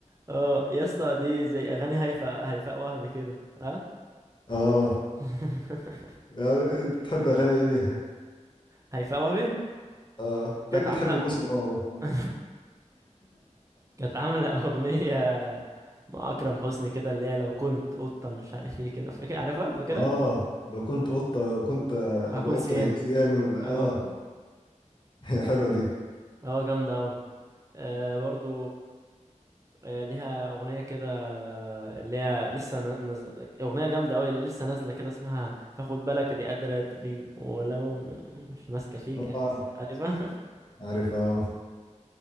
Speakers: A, on the right; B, on the left.
A: اه يا اسطى دي زي اغاني هيفاء هيفاء وهبي كده ها
B: اه
A: <laughs>
B: يا- بتحب اغاني ايه ليها
A: هيفاء وهبي
B: اه تلاقيك
A: كانت عاملة
B: بتحب بوس الواو
A: <laughs> كانت عاملة أغنية مع أكرم حسني كده اللي هي لو كنت قطة مش عارف ايه كده فاكر عارفها فاكرها
B: اه لو كنت قطه كنت
A: هكون
B: ابقى قطه
A: سيامي
B: سيامي ولا
A: اه
B: اه <laughs> هي حلوه دي
A: اه جامدة أوي آه برضو آه ليها أغنية كده اللي هي لسه نا- منزل أغنية جامدة أوي اللي لسه نازلة كده اسمها فخد بالك دي قادرة تغيب ولو مش ماسكة فيك
B: اه
A: هتسيب عارفها <laughs>
B: عارفها آه.